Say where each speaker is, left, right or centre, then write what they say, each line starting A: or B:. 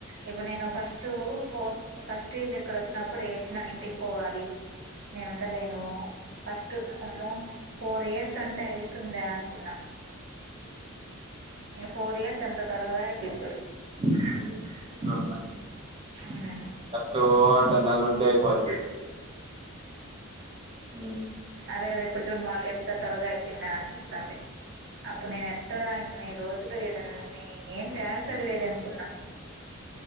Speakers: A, on the right; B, on the right.
A: ఇప్పుడు నేను ఫస్ట్ ఫోర్ ఫస్ట్ ఇయర్ లొ ఇక్కడ వచ్చినప్పుడు ఏడ్చిన ఇంటి పోవాలి నేనుండలేను ఫస్ట్ ఆమ్మో ఫోర్ ఇ స్ అంటే అయితుంద అనుకున్నా ఫోర్ ఇయర్స్ ఎంత త్వరగా ఐపోయింది చూడు
B: <unintelligible>
A: మ్మ్
B: అటు అంట నాలు ఉంటే అయిపోది ఉమ్
A: అదే కదా ఇప్పుడు చూడు మాకు ఎంత త్వరగా అయిపోయింద అనిపిస్థంది అప్పుడు నేను ఎట్టరా రోజులు ఇడ ఏం ఏడ చదివేది అనుకున్నా